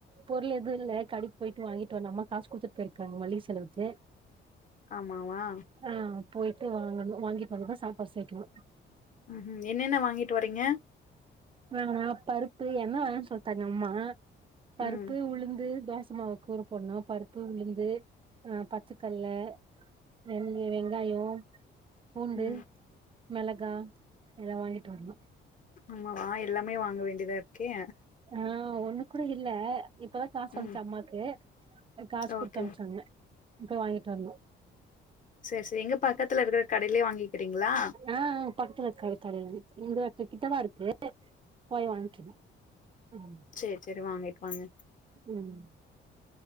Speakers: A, on the right (about 25°); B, on the left (about 40°).
A: பொருள் எது இல்ல கடைக்கு போயிட்டு வாங்கிட்டு வரனு அம்மா காசு குடுத்துட்டு போயிருக்காங்க மலிக செலவுக்கு
B: ஆமாவா
A: ஆ போயிட்டு வாங்கணு வாங்கிட்டு வந்துதா சாப்பாடு சேக்கணு
B: ம் ம் என்னென்ன வாங்கிட்டு வரீங்க
A: ஆ பருப்பு எண்ண வேணான்னு சொல்டாங்க அம்மா பருப்பு
B: ம்
A: உளுந்து தோசமாவு கூறு போட்ணு பருப்பு உளுந்து ஆ பச்சக்கல்ல வெந்து வெங்காயோ பூண்டு
B: ம்
A: மெளகா இதல்லா வாங்கிட்டு வரனு
B: ஆமாவா எல்லாமே வாங்க வேண்டியதா இருக்கே
A: ஆ ஒன்னு கூட இல்ல இப்பதா காசு
B: ம்
A: வந்ச்சு அம்மாக்கு காசு குடுத்து
B: ஓகே
A: அனுப்புச்சாங்க இப்ப வாங்கிட்டு வரணு
B: செர் செரி எங்க பக்கத்துல இருக்கிற கடைலே வாங்கிக்கிறீங்ளா
A: ஆ பக்கத்துல இருக்க க கடைல இங்க கிட்டதா இருக்கு போய் வாங்க்கினு ம்
B: சேர் செரி வாங்கிட்டு வாங்க
A: ம்